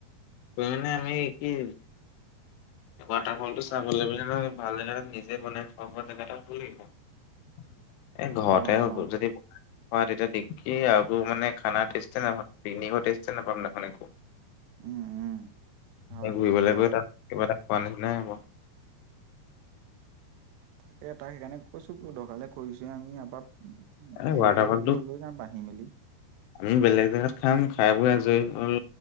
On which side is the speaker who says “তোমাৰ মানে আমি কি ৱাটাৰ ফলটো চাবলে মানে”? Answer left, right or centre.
Left